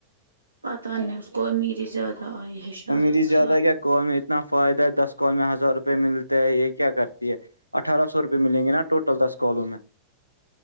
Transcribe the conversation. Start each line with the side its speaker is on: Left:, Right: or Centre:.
Right: پتاہ نہیں اس کو امیری زیادہ آئی ہے شاید
Left: میری زیادہ
Right: سے
Left: کیا کال میں اتنا فائدہ ہے دس کال میں ہزار روپئے ملتے ہے یہ کیا کرتی ہے اٹھارہ سوپئے میں گے نا ٹول دس کالوں میں